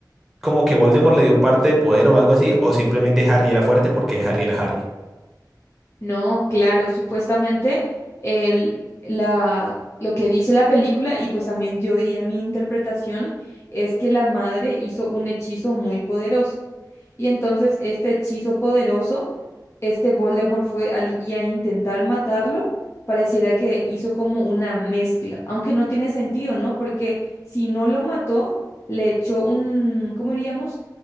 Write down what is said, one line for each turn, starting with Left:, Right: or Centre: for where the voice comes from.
Centre: como que Voldemort le dio parte de poder o algo así, o simplemente Harry era fuerte porque Harry era Harry.
Left: No, claro, supuestamente el, la, lo que dice la película y pues también yo diría mi interpretación es que la madre hizo un hechizo muy poderoso. Y entonces este hechizo poderoso, este Voldemort fue al- y a intentar matarlo, pareciera que hizo como una mezcla, aunque no tiene sentido, ¿no? Porque si no lo mató, le echó un, ¿cómo diríamos?